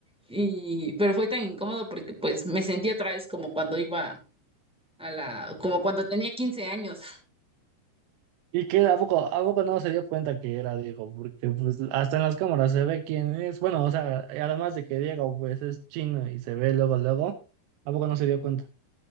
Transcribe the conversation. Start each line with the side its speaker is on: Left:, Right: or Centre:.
Centre: Y, pero fue tan incómodo porque pues me sentí otra vez como cuando iba a la, como cuando tenía 15 años.
Right: Y que a poco, a poco no se dio cuenta que era Diego, porque pues hasta en las cámaras se ve quién es. Bueno, o sea, además de que Diego pues es chino y se ve luego, luego, ¿a poco no se dio cuenta?